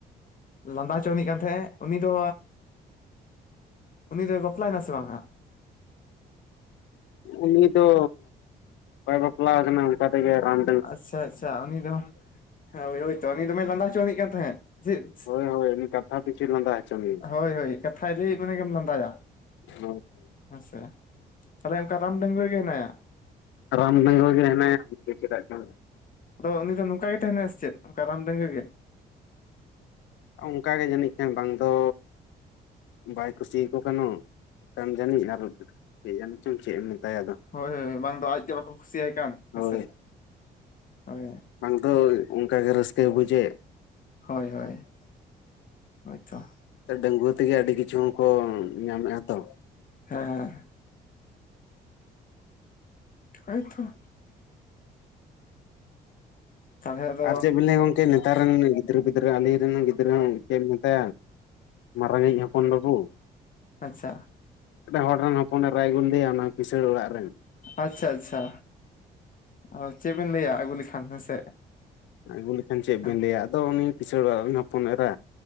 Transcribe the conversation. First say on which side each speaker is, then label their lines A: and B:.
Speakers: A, on the left; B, on the left.
A: ᱞᱟᱸᱫᱟ ᱦᱚᱪᱚᱤᱧ ᱠᱟᱱ ᱛᱟᱦᱮᱸᱜ ᱩᱱᱤ ᱫᱚ ᱩᱱᱤᱫ ᱫᱚ ᱵᱟᱯᱞᱟᱭᱮ ᱱᱟᱥᱮ ᱵᱟᱝᱣᱟᱼᱟ?
B: ᱩᱱᱤ ᱫᱚ ᱵᱟᱭ ᱵᱟᱯᱞᱟ ᱠᱟᱱᱟ ᱚᱱᱠᱟ ᱛᱮᱜᱮ ᱨᱟᱱ
A: ᱟᱪᱪᱷᱟ ᱟᱪᱪᱷᱟ, ᱩᱱᱤ ᱫᱚ ᱦᱮᱭ ᱦᱳᱭᱛᱚ ᱩᱱᱤ ᱫᱚᱢᱮ ᱞᱟᱸᱫᱟ ᱦᱚᱪᱚᱣᱤᱡ ᱠᱟᱱ ᱛᱟᱦᱮᱸᱫ? ᱪᱮᱫ
B: ᱦᱳᱭ ᱦᱳᱭ ᱩᱱᱤ ᱠᱟᱛᱷᱟ ᱯᱤᱪᱷᱩ ᱞᱟᱸᱫᱟ ᱦᱚᱪᱚ ᱢᱮᱭᱟ
A: ᱦᱳᱭ ᱦᱳᱭ, ᱠᱟᱛᱷ ᱞᱟᱹᱭ ᱢᱟᱱᱮ ᱜᱮᱢ ᱞᱟᱸᱫᱟᱭᱟ᱾
B: ᱦ <unintelligible>
A: ᱟᱪᱪᱷᱟ ᱛᱟᱦᱚᱞᱮ, ᱚᱱᱠᱟ ᱨᱟᱢ ᱰᱟᱹᱝᱜᱩᱭᱟᱹ ᱜᱮ ᱦᱮᱱᱟᱭᱟ᱾
B: ᱨᱟᱢ ᱰᱟᱹᱜᱩᱭᱟᱹ ᱜᱮ ᱦᱮᱱᱟᱭᱟ ᱪᱮᱫᱟᱜ ᱪᱚ᱾
A: ᱟᱫᱚ ᱩᱱᱤ ᱫᱚ ᱱᱚᱝᱠᱟ ᱜᱮ ᱛᱟᱦᱮᱱᱟ ᱥᱮ ᱪᱮᱫ? ᱱᱚᱝᱠᱟ ᱨᱟᱢ ᱰᱟᱝᱜᱟᱹ ᱜᱮ?
B: ᱚᱱᱠᱟᱜᱮ ᱡᱟᱹᱱᱤᱡ ᱠᱷᱟᱱ ᱵᱟᱝ ᱫᱚ᱾ ᱵᱟᱭ ᱠᱩᱥᱤᱭᱟᱠᱚ ᱠᱟᱱᱚᱝ, ᱠᱟᱱ ᱡᱟᱹᱱᱤᱡ ᱟᱨ ᱠᱤ ᱡᱟᱱᱤ ᱪᱚᱝ ᱪᱮᱫ ᱮᱢ ᱢᱮᱛᱟᱭᱟ ᱟᱫᱚ᱾
A: ᱦᱳᱭ ᱦᱳᱭ ᱵᱟᱝ ᱫᱚ ᱟᱡᱽ ᱜᱮ ᱵᱟᱠᱚ ᱠᱩᱥᱤᱭᱟᱭ ᱠᱟᱱ᱾ ᱦᱮᱸᱥᱮ
B: ᱦᱳᱭ
A: ᱦᱳᱭ
B: ᱵᱟᱝ ᱫᱚ ᱚᱱᱠᱟᱜᱮ ᱨᱟᱹᱥᱠᱟᱹᱭ ᱵᱩᱡᱮᱫ᱾
A: ᱦᱳᱭ ᱦᱳᱭ, ᱦᱳᱭᱛᱚ᱾
B: ᱰᱟᱹᱝᱜᱩᱭᱟᱹ ᱛᱮᱜᱮ ᱟᱹᱰᱤ ᱠᱤᱪᱷᱩ ᱠᱚ ᱧᱟᱢᱮᱫᱼᱟ ᱛᱚ᱾
A: ᱦᱮᱸ ᱦᱮᱸ, ᱟᱪᱪᱷᱟ <unintelligible> ᱛᱟᱦᱚᱞᱮ ᱟᱫᱚ
B: ᱟᱨ ᱪᱮᱫ ᱵᱤᱱ ᱞᱟᱹᱭᱟ ᱜᱚᱝᱠᱮ, ᱱᱮᱛᱟᱨ ᱨᱮᱱ ᱜᱤᱫᱽᱨᱟᱹ ᱯᱤᱫᱽᱨᱟᱹ ᱟᱞᱤᱧ ᱨᱮᱱ ᱜᱤᱫᱽᱨᱟᱹ ᱦᱚᱸ ᱪᱮᱫ ᱮᱢ ᱢᱮᱛᱟᱭᱟ ᱢᱟᱨᱟᱝᱤᱡ ᱦᱚᱯᱚᱱ ᱵᱟᱹᱵᱩ᱾
A: ᱟᱪᱪᱷᱟ
B: ᱢᱤᱫ ᱦᱚᱲ ᱨᱮᱱ ᱦᱚᱯᱚᱱᱮ ᱨᱟᱭ ᱟᱜᱳ ᱞᱮᱫᱮᱭᱟ ᱚᱱᱟ ᱠᱤᱥᱟᱹᱟᱹᱲ ᱚᱲᱟᱜ ᱨᱮᱱ᱾
A: ᱟᱪᱪᱷᱟ ᱟᱪᱪᱷᱟ, ᱚ ᱪᱮᱫ ᱵᱤᱱ ᱞᱟᱹᱭᱟ ᱟᱹᱜᱩ ᱞᱮᱠᱷᱟᱱ ᱦᱮᱸᱥᱮ᱾
B: ᱟᱹᱜᱩ ᱞᱮᱠᱷᱟᱱ ᱪᱮᱫ
A: ᱦᱮᱸ
B: ᱵᱮᱱ ᱞᱟᱹᱭᱟ᱾ ᱟᱫᱚ ᱩᱱᱤ ᱠᱤᱥᱟᱹᱲ ᱚᱲᱟᱜ ᱨᱮᱧ ᱦᱚᱯᱚᱱ ᱮᱨᱟ